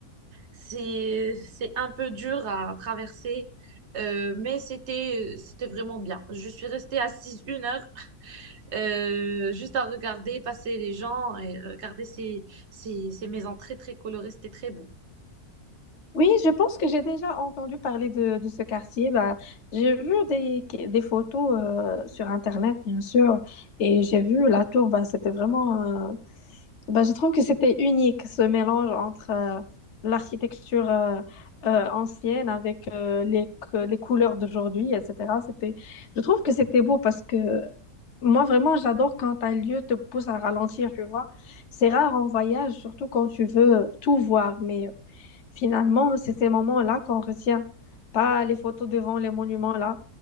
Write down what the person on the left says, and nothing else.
Oui, je pense que j'ai déjà entendu parler de, de ce quartier. Bah, j'ai vu des, des photos euh, sur Internet, bien sûr, et j'ai vu la tour. Bah, c'était vraiment Bah, je trouve que c'était unique ce mélange entre euh, l'architecture euh, euh, ancienne avec euh, les, que- les couleurs d'aujourd'hui, etc. C'était, je trouve que c'était beau parce que moi vraiment j'adore quand un lieu te pousse à ralentir, tu vois. C'est rare en voyage, surtout quand tu veux tout voir, mais euh, finalement c'est ces moments-là qu'on retient, pas les photos devant les monuments là.